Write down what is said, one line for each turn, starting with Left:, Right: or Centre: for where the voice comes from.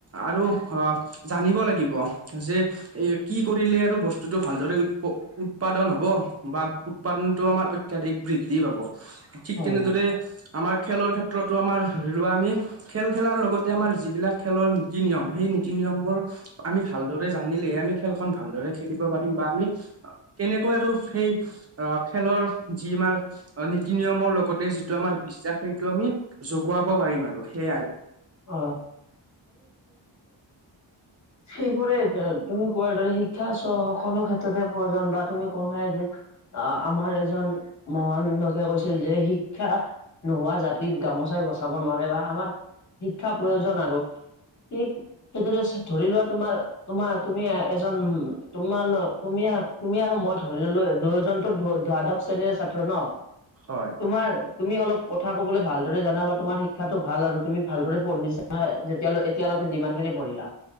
Right: আৰু আ, জানিব লাগিব যে এ, কি ক <unintelligible> আৰু বস্তুতো ভালদৰে উৎপ-উৎপাদন হ'ব বা উৎপাদনতটো আমাৰ অত্যাধিক বৃদ্ধি <inaudible> পাব ঠিক
Left: হয়
Right: তেনেদৰে
Left: হয়
Right: আমাৰ খেলৰ ক্ষেত্ৰতো আমাৰ ধৰি লোৱা আমি খেল খেলাৰ লগতে আমাৰ যিবিলাক খেলৰ নীতি নিয়ম সেই নীতি নিয়মবোৰ আমি ভালদৰে জানিলেহে আমি খেলখন ভালদৰে খেলিব পাৰিম বা আমি কেনেকৈ আৰু সেই অ' খেলৰ যি তোমাৰ নীতি নিয়মৰ লগতে যিটো আমাৰ বিশ্বাস সেইটো আমি জগোৱাব পাৰিম আৰু সেয়াই।
Left: অ সেইবোৰেই তুমি কোৱাৰ দৰে শিক্ষা চ সকলো ক্ষেত্ৰতে প্ৰয়োজন বা তুমি কলাই যে আ-আমাৰ এজন মহানলোকে কৈছিল যে শিক্ষা নোহোৱা জাতিক গামোচাই বচাব নোৱাৰে বা আমাৰ শিক্ষা প্ৰয়োজন আৰু সেই সেইদৰে ধৰি লোৱা তোমাৰ তোমাৰ তুমি এজন তোমাৰ ল তুমি তুমি আৰু মই ধৰি ল'লো। দুয়োজন তো দ্বাদশ শ্ৰেণীৰে ছাত্ৰ ন'?
Right: হয়
Left: তোমাৰ তুমি অলপ ক'থা ক'বলৈ ভালদৰে জানা বা তোমাৰ শিক্ষাটো কথা কবলৈ ভালদৰে জানা বা তোমাৰ শিক্ষাটো ভাল আৰু তুমি ভালদৰে পঢ়িছা যেতিয়ালৈ এতিয়ালৈকে যিমানখিনি খিনি পঢ়িলা।